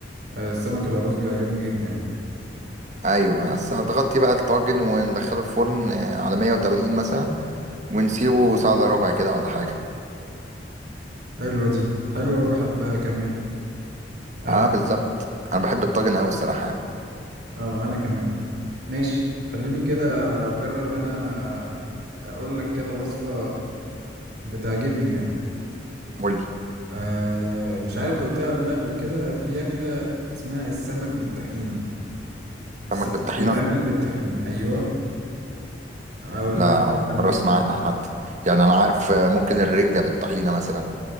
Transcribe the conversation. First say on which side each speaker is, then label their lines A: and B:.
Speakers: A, on the right; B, on the right.
A: آه، السمك القاروص بيعجبني جدا يعني
B: ايوه بس هتغطي بقى الطاجن وندخله الفرن آه، على 180 مثلا ونسيبه ساعه الا ربع كده ولا حاجه
A: حلوة دي حلوة وبحبها كمان اه
B: اه بالظبط انا بحب الطاجن قوي الصراحه
A: آه، انا كمان ماشي خليني كده اجرب انا اقول لك كده وصفة بتعجبني يعني
B: قول لي
A: آه مش عارف دقتها ولا لأ قبل كده في أكلة اسمها السمك بالطحينة السمك
B: سمك بالطحينه
A: بيتعمل بالطحينة أيوة أقول
B: ده
A: لك بيتعمل
B: أول مره
A: إزاي
B: اسمع عنها حتى يعني انا عارف آه، ممكن الرنجه بالطحينه مثلا